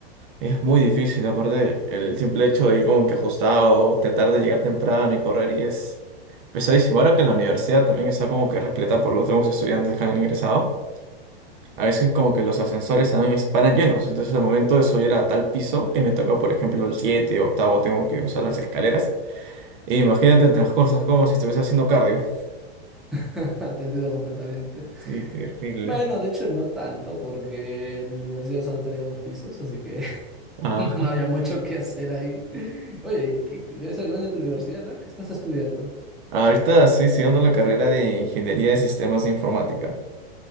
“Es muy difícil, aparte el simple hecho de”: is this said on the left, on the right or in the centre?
Right